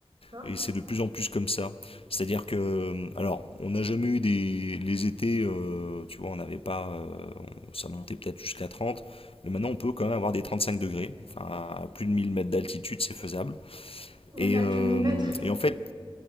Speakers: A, on the right (about 50°); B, on the left (about 75°).
A: Hein
B: Et c'est de plus en plus comme ça. C'est-à-dire que, euh, alors, on n'a jamais eu des, les étés, euh, tu vois, on n'avait pas, euh, ça montait peut-être jusqu'à 30, mais maintenant on peut quand même avoir des 35 degrés, enfin, à plus de 1000 mètres d'altitude, c'est faisable.
A: Même
B: Et,
A: à
B: euh,
A: plus de 1000 mètres.
B: et en fait,